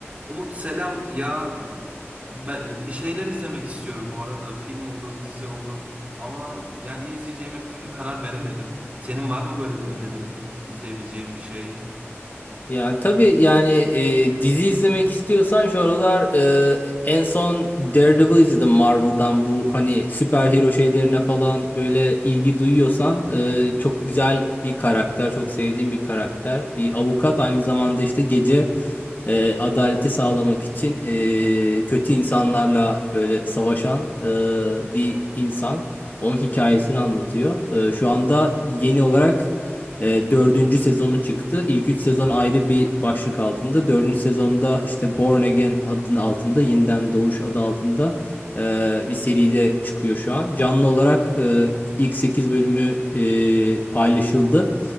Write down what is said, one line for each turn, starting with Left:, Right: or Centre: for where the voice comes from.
Right: Umut selam. Ya ben bir şeyler izlemek istiyorum bu arada. Film olur, dizi olur. Ama yani ne izleyeceğime bir türlü karar veremedim. Senin var mı böyle bir önerin? izleyebileceğim bir şey?
Left: Yani tabii yani e, dizi izlemek istiyorsan şu aralar e, en son Daredevil izledim Marvel'dan bu hani süper hero şeylerine falan böyle ilgi duyuyorsan e, çok güzel bir karakter çok sevdiğim bir karakter bir avukat aynı zamanda işte gece e, adaleti sağlamak için e, kötü insanlarla böyle savaşan e, bir insan. Onun hikayesini anlatıyor. E, şu anda yeni olarak e, dördüncü sezonu çıktı. İlk üç sezon ayrı bir başlık altında. Dördüncü sezonda işte Born Again adının altında, Yeniden Doğuş adı altında e, bir seride çıkıyor şu an. Canlı olarak e, ilk 8 bölümü e, paylaşıldı.